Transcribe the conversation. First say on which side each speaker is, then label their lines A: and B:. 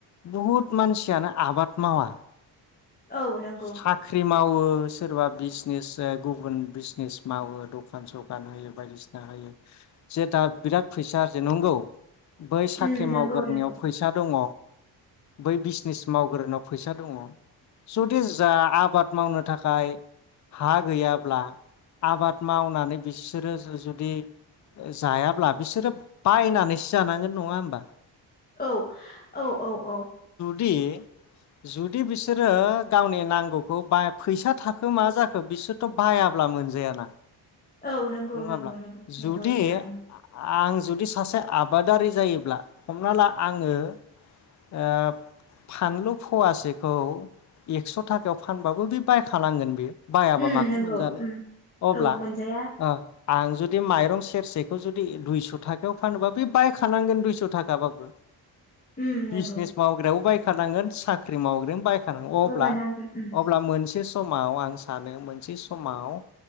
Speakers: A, on the left; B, on the left.
A: बहुद मानसियानो आबाद मावा
B: औ नंगौ
A: साख्रि मावो सोरबा बिजनेस ओ गुबुन बिजनेस मावो दखान सखान होयो बायदिसिना होयो जे दा बिराद फैसा जे नंगौ बै साख्रि
B: उम नंगौ
A: मावग्रानियाव
B: नंगौ
A: फैसा दङ' बै बिजनेस मावग्रोनायाव फैसा दङ' जुदि जा आबाद मावनो थाखाय हा गैयाब्ला आबाद मावनानै बिसोरो जु-जुदि जायाब्ला बिसोरो बायनानैसो जानांगोन नङा होमबा
B: औ औ औ औ
A: दि जुदि बिसोरो गावनि नांगौखौ बा फैसा थाखो मा जाखो बिसोरथ' बायाब्ला मोनजायाना
B: औ नंगौ
A: नङाब्ला
B: नंगौ नंगौ नंगौ
A: जुदि
B: नोंथां उम
A: आं जुदि सासे आबादारि जायोब्ला हमना ला आङो ओ फानलु फवासेखौ एक्स' थाखायाव फानबाबो बे बायखानांगोन बेयो बायाबा
B: उम
A: माखौ
B: नंगौ
A: मोनजानो
B: उम
A: अब्ला
B: औ मोनजाया
A: ओ आं जुदि माइरं सेरसेखौ जुदि दुइस' थाखायाव फानोबा बे बायखानांगोन दुइस' थाखाबाबो।
B: उम नंगौ
A: बिजनेस मावग्रायाव बाय खानांगोन साख्रि मावग्रोम बायखानांगौ अब्ला
B: लगायना होगोन उम
A: अब्ला मोनसे स समाव आं सानो मोनसे समाव